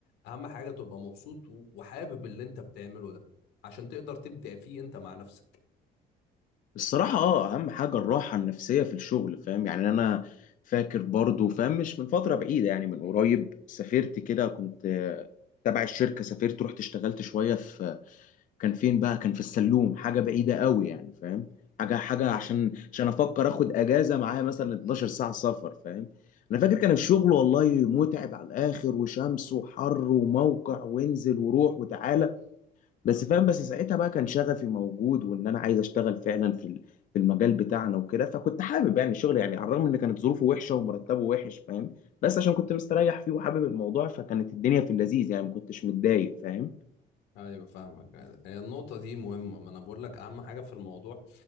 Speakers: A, on the left; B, on the left.
A: اهم حاجة تبقى مبسوط و- وحابب اللي انت بتعمله ده عشان تقدر تبدع فيه انت مع نفسك
B: الصراحة اه أهم حاجة الراحة النفسية في الشغل فاهم يعني أنا فاكر برضو فاهم مش من فترة بعيدة يعني من قريب سافرت كده كنت آه، تبع الشركة سافرت رحت اشتغلت شوية في كان فين بقى كان في السلوم حاجة بعيدة قوي يعني فاهم حاجة حاجة عشان عشان أفكر آخد أجازة معايا مثلا 12 ساعة سفر فاهم أنا فاكر كان الشغل والله متعب على الآخر وشمس وحر وموقع وانزل وروح وتعالى بس فاهم بس ساعتها بقى كان شغفي موجود وان انا عايز اشتغل فعلا في ال- في المجال بتاعنا وكده فكنت حابب يعني الشغل يعني على الرغم ان كانت ظروفه وحشه ومرتبه وحش فاهم بس عشان كنت مستريح فيه وحابب الموضوع فكانت الدنيا في اللذيذ يعني ما كنتش متضايق فاهم
A: ايوه فاهمك هي النقطه دي مهمه ما انا بقول لك اهم حاجه في الموضوع